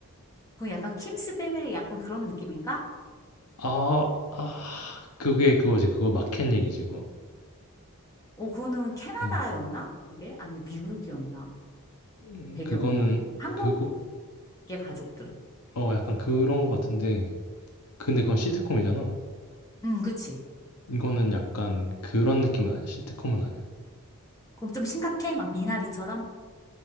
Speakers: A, on the left; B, on the left.
A: 그거 약간 킴스 패밀리 약간 그런 느낌인가?
B: 아, 아 그게 그거지. 그거 마켓 얘기지 그거.
A: 어, 그거는 캐나다였나?
B: 응.
A: 그게? 아니면 미국이었나?
B: 음,
A: 배경이.
B: 그거는
A: 한국계
B: 그거
A: 가족들.
B: 어 약간 그런 거 같은데 근데 그건 시트콤이잖아.
A: 응, 그치.
B: 이거는 약간 그런 느낌은 아니야. 시트콤은 아니야.
A: 그럼 좀 심각해? 막 미나리처럼?